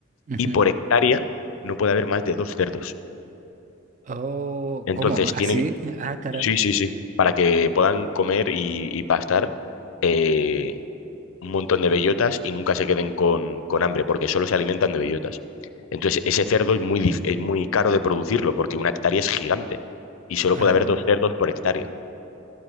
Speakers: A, on the right; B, on the left.
A: ujú.
B: y por hectárea no puede haber más de dos cerdos.
A: Oh,
B: Entonces
A: ¿cómo? ¿Así?
B: tienen,
A: Ah, caray.
B: sí, sí, sí, para que puedan comer y, y pastar eh, un montón de bellotas y nunca se queden con, con hambre, porque solo se alimentan de bellotas. Entonces ese cerdo es muy, dif- es muy caro de producirlo, porque una hectárea es gigante y solo
A: Ajá.
B: puede haber dos cerdos por hectárea.